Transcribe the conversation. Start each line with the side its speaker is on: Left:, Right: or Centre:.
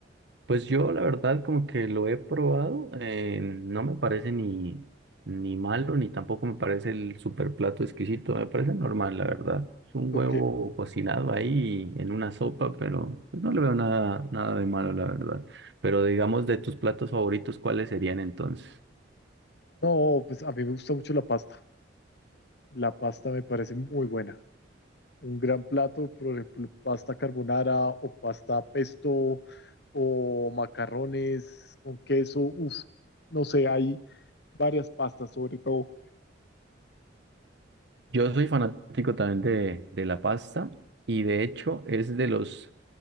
Right: pues yo la verdad como que lo he probado, eh, no me parece ni, ni malo, ni tampoco me parece el super plato exquisito, me parece normal, la verdad. Es un
Left: Ok,
Right: huevo cocinado ahí en una sopa, pero pues, no le veo nada, nada de malo, la verdad. Pero digamos de tus platos favoritos, ¿cuáles serían entonces?
Left: No, pues a mí me gusta mucho la pasta. La pasta me parece muy buena. Un gran plato, por ejemplo, pasta carbonara o pasta pesto o macarrones con queso. Uf, no sé, hay varias pastas sobre todo.
Right: Yo soy fanático también de, de la pasta y de hecho es de los